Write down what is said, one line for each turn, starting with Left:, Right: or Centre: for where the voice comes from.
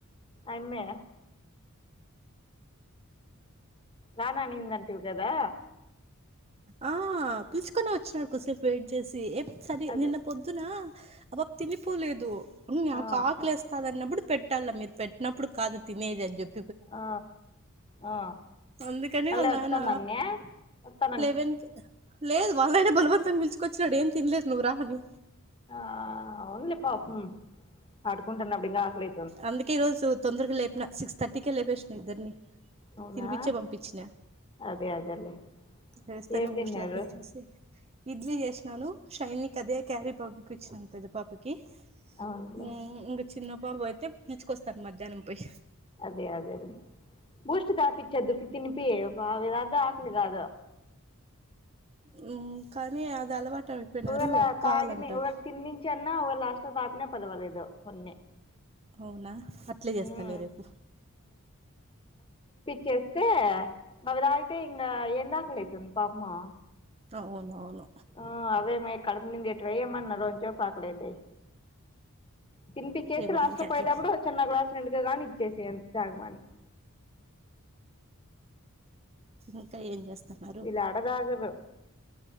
Left: యమ్మే రాను అనిందంటివి కదా
Right: ఆ పిలుచుకొని వచ్చినడు కొసేపు వెయిట్ చేసి ఏం సరి
Left: అదే
Right: నిన్న పొద్దునా ఆ పాప తినిపోలేదు నాకు
Left: ఆ
Right: ఆకలి వస్తాదన్నప్పుడు పెట్ట పెట్టాలా మీరు పెట్టినప్పుడు కాదు తినేది అని చెప్పి
Left: ఆ ఆ
Right: అందుకని
Left: మళ్ళీ
Right: వాళ్ళ
Left: వస్తాను
Right: నాన్న
Left: అన్నయ వస్తా
Right: లెవెన్ క లేదు వాళ్ళై నాయనే బలవంతంగా పిలుచుకొచ్చినాడు ఏం తినలేదు నువ్వు రా అని
Left: ఆ అవునులు పాపం ఆడుకుంటేఇంగ ఆకలే
Right: అందుకే ఈ రోజు తొందరగా లేపిన సిక్స్ థర్టీ కే లేపేసిన ఇద్దరిని
Left: అవునా
Right: తినిపించే పంపించిన
Left: అదే అదేలే
Right: లేస్తేనే
Left: ఏం
Right: బూస్ట్
Left: తిన్నారు
Right: తాపిచ్చెసి ఇడ్లీ చేసినా ను షైనికి అదే క్యారీ పంపించినను పెద్ద పాపకి
Left: అవునులే
Right: మ్మ్ ఇంగా చిన్న పాప ని అయితే పిలుచుకోస్తాను మధ్యాహ్నం పోయి
Left: అదే అదే అదేలే బూస్ట్ తాపిచ్చాద్దు ఉకే తినిపి అదే ఆకలి కాదు
Right: మ్మ్ కానీ అది అలవాటు అయిపోయినారు
Left: ఒకవేళ తాగిని
Right: కావాలంటారు
Left: తిన్నించి అన్నా ఒకవేళ లాస్ట్ లో తాపినా పర్వాలేదు కొన్ని
Right: అవునా అట్లే చేస్తాలే
Left: ఉమ్
Right: రేపు
Left: చేస్తే అవి తాగితే ఇంకా ఏంది ఆకలి అవుతుంది పాపము
Right: అవునవును
Left: ఆ అవి ఏమి కడుపు నిండేటివా ఏమన్నా రోంచెప్ కి ఆకలి అవుతాయి తినిపిచ్చేసి
Right: రేపటి
Left: లాస్ట్
Right: నుంచి
Left: లో
Right: అట్లే
Left: పోయేతప్పుడు ఓ చిన్న గ్లాస్ నిండుగా గాని ఇచ్చేసేయ్ తాగమాని <inaudible>
Right: ఇంకా ఏం చేస్తాన్నారు
Left: వీళ్ళు ఆడ తాగరు